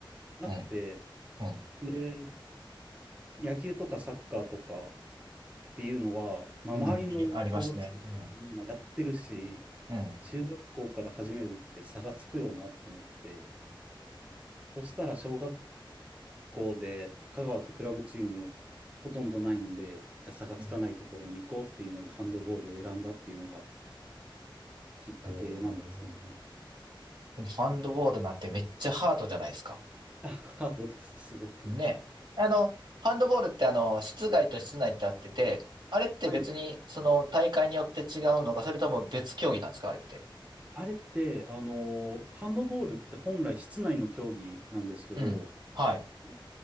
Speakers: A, on the right (about 15°); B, on the right (about 55°).
A: なくて、
B: うん、うん、
A: で、野球とかサッカーとかっていうのは、まあ、
B: うん、
A: 周りの小学生とかみんなやってるし、
B: うんいありますね。うん、うん、うん。
A: 中学校から始めるって差がつくよなと思って、そしたら小学校で、香川ってクラブチームほとんどないんで、じゃあ差がつかないところに行こうっていうので、
B: うん
A: ハンドボールを選んだっていうのがきっかけなんですよね。
B: おーでもハンドボールなんてめっちゃハードじゃないですか。
A: あ <laughs> ハードです、すごく。
B: ね。あの、ハンドボールってあの、室外と室内ってあってて、あれって別にその大会によって違うのか、
A: はい。
B: それとも別競技なんですか、あれって。
A: あれって、あの、ハンドボールって本来室内の競技なんですけど、
B: うん。はい。
A: あ